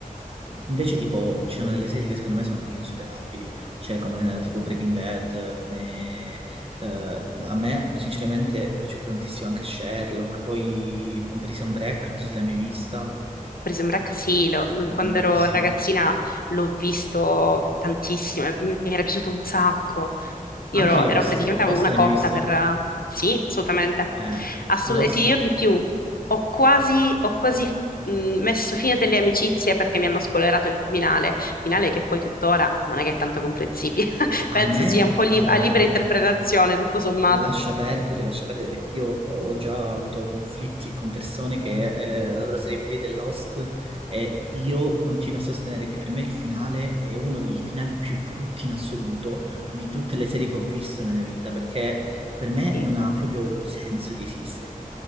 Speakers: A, on the right; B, on the left.
A: invece, tipo, ci sono delle serie che secondo me sono insuperabili, cioè come eh, tipo Breaking Bad, come eh, a me sinceramente è piaciuto tantissimo anche Sherlock, poi Prison Break, non so se l'hai mai vista,
B: Prison Break sì, lo- mm, quando
A: bellissimo.
B: ero ragazzina l'ho visto tantissimo, mi era piaciuto un sacco. Io
A: Anche
B: ero,
A: Lost,
B: ero praticamente
A: Lost
B: avevo una
A: l'hai
B: cotta
A: mai visto?
B: per... Sì, assolutamente.
A: Eh,
B: Assolut-
A: Lost
B: e ti dirò di più, ho quasi, ho quasi mh, messo fine delle amicizie perché mi hanno spoilerato il finale, finale che poi tuttora non è che è tanto comprensibile. <laughs> Penso
A: a me,
B: sia un po' lib-
A: allora,
B: a libera interpretazione, tutto sommato.
A: Lascia perdere, lascia perdere perché io ho già avuto conflitti con persone che eh, la loro serie preferita è Lost e io continuo a sostenere che per me il finale è uno dei finali più brutti in assoluto di tutte le serie che ho visto nella mia vita perché per me
B: Sì.
A: non ha proprio senso di esistere.